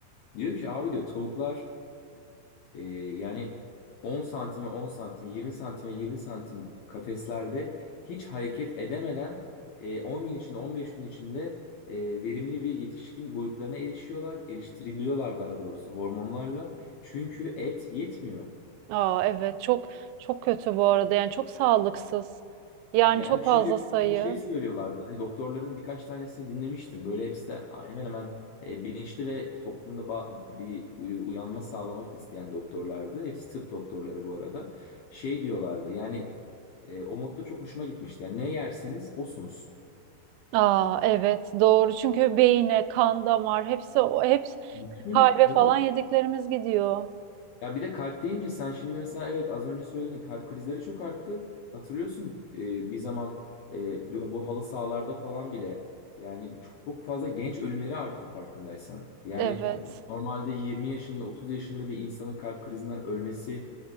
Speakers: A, on the left; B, on the right.
A: Diyor ki abi diyor tavuklar ee, yani 10 santime 10 santim, 20 santime 20 santim kafeslerde hiç hareket edemeden e, 10 gün içinde 15 gün içinde e, verimli bir yetişkin boyutlarına erişiyorlar. Eriştiriliyorlar daha doğrusu hormonlarla. Çünkü et yetmiyor.
B: Aa, evet çok çok kötü bu arada yani çok sağlıksız. Yani
A: Yani
B: çok
A: şöyle
B: fazla sayı.
A: bir şey söylüyorlardı. Hani doktorların birkaç tanesini dinlemiştim. Böyle hepsi de hemen hemen e, bilinçli ve toplumda ba- bir uy- uyanma sağlamak isteyen doktorlardı. Hepsi tıp doktorları bu arada şey diyorlardı yani E, o modda çok hoşuma gitmişti. Yani ne yerseniz osunuz.
B: Aa, evet doğru çünkü beyine, kan, damar hepsi o hepsi
A: Bütün
B: kalbe
A: tabii.
B: falan yediklerimiz gidiyor.
A: Ya bir de kalp deyince sen şimdi mesela evet az önce söyledin kalp krizleri çok arttı. Hatırlıyorsun e, bir zaman e, bu bu halı sahalarda falan bile yani çok fazla genç ölümleri arttı farkındaysan. Yani
B: Evet.
A: normalde 20 yaşında 30 yaşında bir insanın kalp krizinden ölmesi